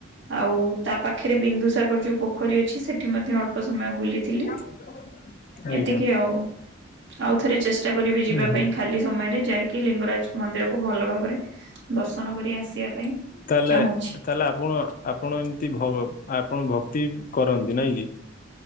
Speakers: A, on the right (about 65°); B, on the left (about 45°).
A: ଆଉ ତା ପାଖରେ ବିନ୍ଦୁ ସାଗ ତାର ଯୋଉ ପୋଖରୀ ଅଛି ସେଠି ମଧ୍ୟ ଅଳ୍ପ ସମୟ ବୁଲିଥିଲି।
B: <inaudible>
A: ଏତିକି
B: ଆଜ୍ଞା
A: ଆଉ, ଆଉ ଥରେ ଚେଷ୍ଟା କରିବି ଯିବା
B: ଭଲ
A: ପାଇଁ। ଖାଲି ସମୟରେ ଯାଇକି ଲିଙ୍ଗରାଜ୍ ମନ୍ଦିରକୁ ଭଲ ଭାବରେ ଦର୍ଶନ କରି ଆସିବା ପାଇଁ।
B: ତାହଲେ
A: ଚାହୁଁଛି
B: ତାହେଲେ ଆପଣ ଆପଣ ଏମିତି ଆପଣ ଭକ୍ତି କରନ୍ତି ନାଇଁ କି?